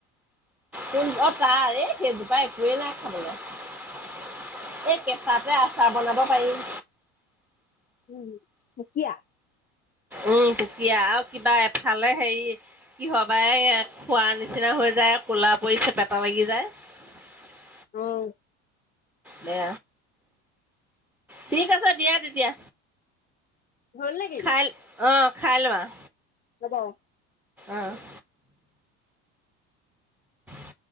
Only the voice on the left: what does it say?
উম মুখিয় <inaudible>
অ
ঘৰ লাগিল
অ ।